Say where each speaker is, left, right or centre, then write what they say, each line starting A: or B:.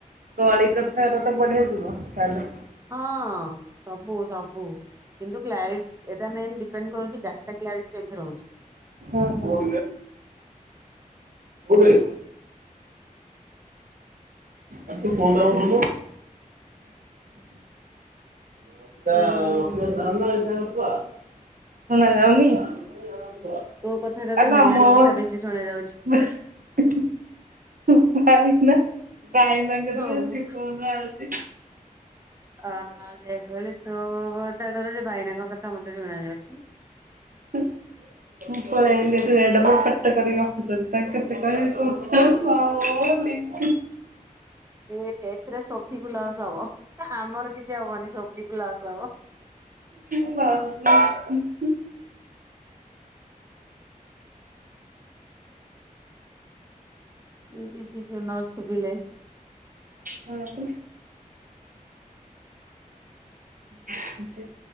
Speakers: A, on the right (about 75°); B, on the right (about 20°).
A: କଳି କଥାର ତ ବଢିଆ ଯିବ ତାଲ
B: ହଁ ସବୁ ସବୁ। କିନ୍ତୁ କ୍ଲାରି ଏଟା ମେନ୍ ଡିପେଣ୍ଡ କରୁଛି ଡାଟା କ୍ଲାରିଟି କେମିତି ରହୁଛି।
A: ଓହୋ। କୋଉଠି? ଆ ତୁ ଫୋନ ଟା ଉଠଉନୁ। ଶୁଣା
B: ଯାଉନି ମତେ
A: ଯାଉନି।
B: ବି
A: ଆରେ ନା ମୋର ହିଁ
B: ତୋ କଥାଟାରୁ ଭାଇନାଙ୍କ
A: ହିଁ।
B: କଥା ବେଶୀ ଶୁଣା
A: ହୁଁ
B: ଯାଉଛି
A: ଭାଇନା ଭାଇନାଙ୍କର ବେଶୀ ଫୋନ
B: ହଁ ମୁଁ
A: ଆଉଚି।
B: ଆ ସେୟା କହିଲି ତୋ କଥା ଠାରୁ ସେ ଭାଇନାଙ୍କ କଥା ମତେ ଶୁଣା ଯାଉଛି।
A: ହୁଁ ମୁଁ ପଳେଇ ଆଈଲି ସେଠୁ ଏ ଡବଲ ପାଟ କରିକି ଗପୁଛନ୍ତି ତାଙ୍କେ କେତେ କହିବି କଉ <unintelligible> ୱାଓ ନିକି
B: ଏ ଏଥିରେ ସୋଫି କୁ ଲସ ହବ ଆମର କିଛି ହବନି ସୋଫି କୁ ଲସ ହବ।
A: <unintelligible>
B: ଏ କିଛି ଶୁ ନ ଶୁଭିଲେ।
A: ହଁ କି। ମୁଁ ସେ